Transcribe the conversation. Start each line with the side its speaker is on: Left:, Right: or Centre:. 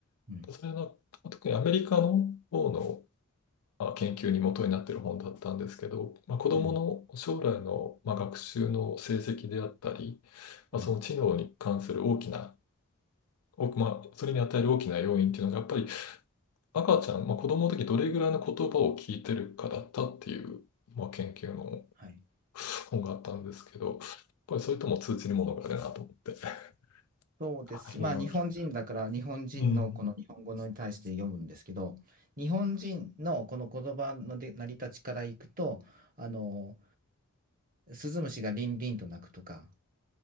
Right: うん、
Left: それの、特にアメリカの方のまあ研究に基になっている本だったんですけど、まあ、子どもの将来のまあ学習の成績であったり、
Right: うん、
Left: まあ、
Right: うん
Left: その知能に関する大きなおまあ、それに与える大きな要因っていうのが、やっぱり赤ちゃん、まあ、子供の時どれぐらいの言葉を聞いてるかだったっていう、まあ、研究の
Right: はい。
Left: 本があったんですけど、やっぱりそれとも通じるものがあるなと思って。
Right: そうですし、
Left: はい今聞いた。
Right: まあ、日本人だから日本人のこの日本語に対して読むんですけど日本人のこの言葉ので成り立ちからいくとあの
Left: うん、
Right: スズムシがリンリンと鳴くとか、